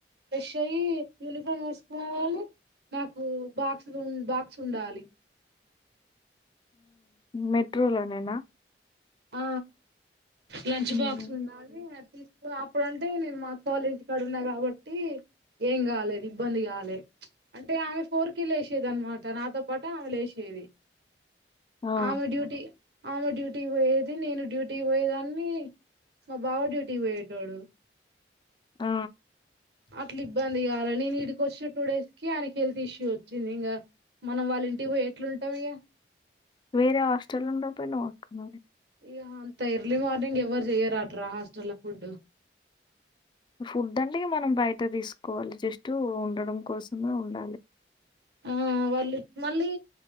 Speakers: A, on the right (about 70°); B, on the left (about 25°).
A: ఫ్రెష్ అయ్యి యూనిఫామ్ వేసుకోవాలి నాకు బాక్స్ బాక్స్ ఉండాలి
B: మెట్రోలోనేనా
A: ఆ లంచ్
B: ఉమ్,
A: బాక్స్ ఉండాలి తీసుకున్న అప్పుడంటే నేను మా అక్క వాళ్ల ఇంటి కాడ ఉన్నా కాబట్టి ఏం కాలేదు ఇబ్బంది కాలే అంటే ఆమె ఫోర్ కే కే లేసేది అన్నమాట నాతో పాటు ఆమె లేసేది ఇది
B: ఆ,
A: ఆమె డ్యూటీ ఆమె డ్యూటీ పోయేది నేను డ్యూటీకి పోయేదాన్ని మా బావ డ్యూటీకి పోయేటోడు
B: ఆ
A: అట్లా ఇబ్బంది కాల నేను ఇడికి వచ్చిన టూ డేస్ కి ఆయనకి హెల్త్ ఇష్యూ వచ్చింది ఇంగ మనం వాళ్ళ ఇంటికి పో ఎట్లుంటాం ఇయ
B: వేరీ హాస్టల్లో ఉండకపోయినవక్కా మరీ
A: ఇ అంత ఎర్లీ మార్నింగ్ ఎవ్వరు చెయ్యరాట్ర హాస్టల్లో ఫుడ్
B: ఫుడ్ అంటే మనం బయట తీసుకోవాలి జస్ట్ ఉండడం కోసమే ఉండాలి
A: ఆ వాళ్ళు మళ్ళీ